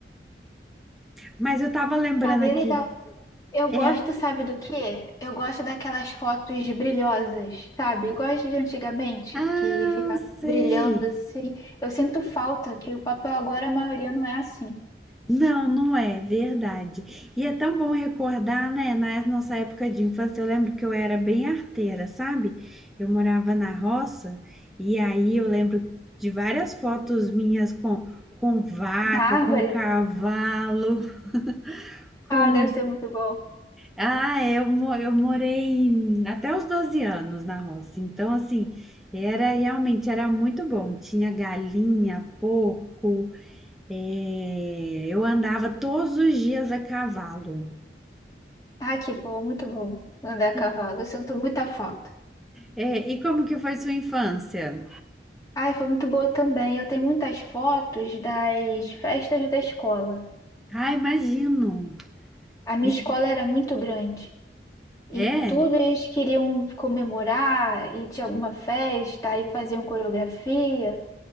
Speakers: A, in the centre; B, on the left.
A: Mas eu tava lembrando
B: Ah, bem
A: aqui,
B: legal. Eu
A: é.
B: gosto, sabe do quê? Eu gosto daquelas fotos brilhosas, sabe? Eu gosto de antigamente,
A: Ah,
B: que fica
A: sei.
B: brilhando assim. Eu sinto falta que o papel agora a maioria não é assim.
A: Não, não é verdade. E é tão bom recordar, né? Na nossa época de infância, eu lembro que eu era bem arteira, sabe? Eu morava na roça e aí eu lembro de várias fotos minhas com, com vaca,
B: Na árvore?
A: com cavalo, <laughs>
B: Ah,
A: com.
B: deve ser muito bom.
A: Ah, eu, mo- eu morei em- até os 12 anos na roça. Então, assim, era realmente era muito bom. Tinha galinha, porco, é, eu andava todos os dias a cavalo.
B: Ai, que bom, muito bom andar a cavalo.
A: E,
B: Eu sinto muita falta.
A: é, e como que foi sua infância?
B: Ai, foi muito boa também. Eu tenho muitas fotos das festas da escola.
A: Ah, imagino.
B: A minha
A: Is-
B: escola era muito grande. E
A: É,
B: tudo eles queriam comemorar, e tinha alguma festa, aí faziam coreografia.